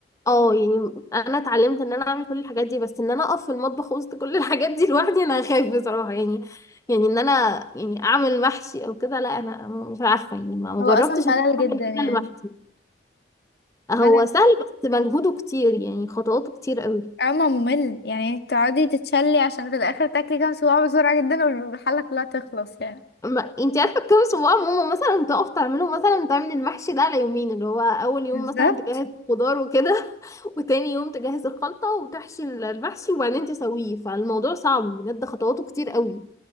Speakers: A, on the left (about 15°); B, on the left (about 60°).
A: اه يعني انا اتعلمت ان انا اعمل كل الحاجات دي بس ان انا اقف في المطبخ وسط كل الحاجات دي لوحدي انا هخاف بصراحه يعني يعني ان انا يعني اعمل محشي او كده لا انا مش عارفه يعني ما ما
B: هو
A: جربتش
B: اصلا
A: ان
B: ملل
A: انا
B: جدا
A: اعمل كده
B: يعني
A: لوحدي هو
B: ملل
A: سهل بس مجهوده كتير يعني خطواته كتير قوي
B: اما ممل يعني تقعدي تتشلي عشان في الاخر تاكلي كام صباع بسرعه جدا والحله كلها تخلص يعني
A: ما انت عارفه كام صباع ماما مثلا تقف تعمله مثلا تعمل المحشي ده على يومين اللي هو اول يوم
B: بالظبط
A: مثلا تجهز خضار وكده <laughs> وتاني يوم تجهز الخلطه وتحشي المحشي وبعدين تسويه فالموضوع صعب بجد خطواته كتير قوي